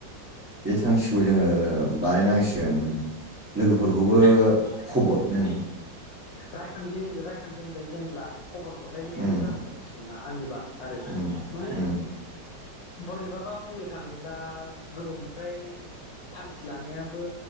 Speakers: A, on the right; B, on the left.
A: बे थांखिखौ जोङो
B: गाज्रि नङा
A: बानायनांसि गोन। लोगोफोरखौबो खबर उम।
B: रायखांजेन रायखांजेनबाय जेेनब्ला खबर हरलायनायानो
A: उम
B: गाहाम जासिगोन ना। आंनिबा आरो
A: उम
B: माने
A: उम
B: बोरैबाबा बुंनो थाङोब्ला गोबावनिफ्राय थांखि लानायाबो